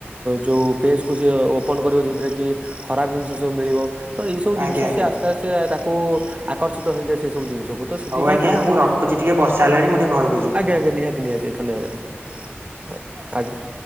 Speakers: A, on the right (about 30°); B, on the right (about 60°).
A: ଯୋଉ ପେଜ୍‌ କୁ ସିଏ ଓପନ୍ କରିବ ଯୋଉଥିରେ କି ଖରାପ ଜିନିଷ ସବୁ ମିଳିବ। ତ ଏଇସବୁ ଜିନିଷ
B: ଆଜ୍ଞା ଆଜ୍ଞା
A: ସିଏ ଆସ୍ତେ ଆସ୍ତେ ତାକୁ ଆକର୍ଷିତ ହେଇଯାଏ ସେ ସବୁ ଜିନିଷକୁ। ତ ସେଥିପାଇଁ
B: ହଉ ଆଜ୍ଞା
A: ତାଙ୍କୁ
B: ମୁଁ ରଖୁଛି ଟିକେ ବର୍ଷା ହେଲାଣି ମୁଁ ଟିକେ ଘରକୁ ଯିବି
A: ଆଜ୍ଞା ଆଜ୍ଞା ନିହାତି ନିହାତି ଧନ୍ୟବାଦ ଆଜ୍ଞା। ଆଜ୍ଞା।